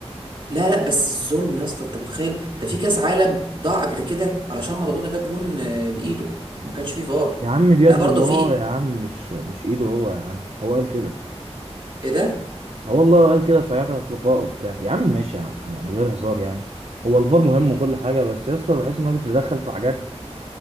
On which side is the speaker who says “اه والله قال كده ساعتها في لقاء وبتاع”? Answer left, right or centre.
Right